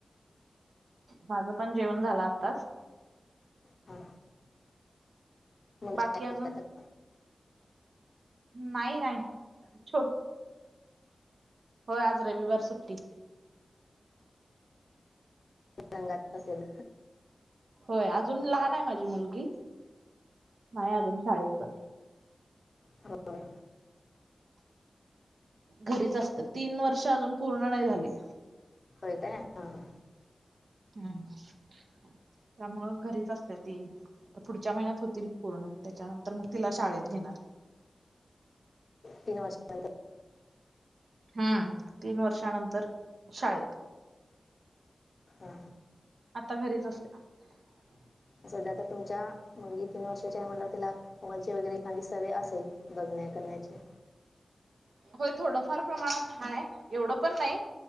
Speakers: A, on the right; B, on the left.
A: माझं पण जेवण झालं आताच.
B: हा म
A: बाकी अजून
B: <unintelligible>
A: नाही नाही छोट होय आज रविवार सुट्टी.
B: रंगा असेल.
A: होय अजून लहान आहे माझी मुलगी नाही अजून शाळेत जात.
B: होय
A: घरीच असत तीन वर्ष अजून पूर्ण नाही झाले.
B: होय का हा हा.
A: हम् त्यामुळं घरीच असते ती. पुढच्या महिन्यात होतील पूर्ण त्याच्यानंतर मग तिला शाळेत घेणार.
B: तीन वर्षंत
A: हम्म तीन वर्षानंतर शाळेत.
B: ह
A: आता घरीच असणार.
B: सध्या आता तुमच्या मुलगी तीन वर्षाच्या म्हंवर त्याला मोबाईलचे वगैरे एखादी सव असेल बघण्या करण्याचे.
A: होय थोडंफार प्रमाणात हा एवढं पण नाही